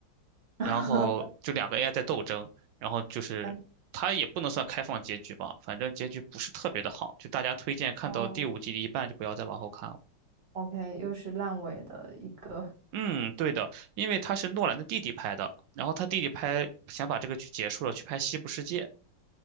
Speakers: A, on the right; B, on the right.
A: <laughs>
B: 然后就两个 AI 在斗争，然后就是它也不能算开放结局吧，
A: 哎，
B: 反正结局不是特别的好，就大家推荐看到第五季的一半就不要再往后看了。
A: 哦，OK，又是烂尾的一个。
B: 嗯，对的，因为他是诺兰的弟弟拍的，然后他弟弟拍想把这个剧结束了，去拍《西部世界》。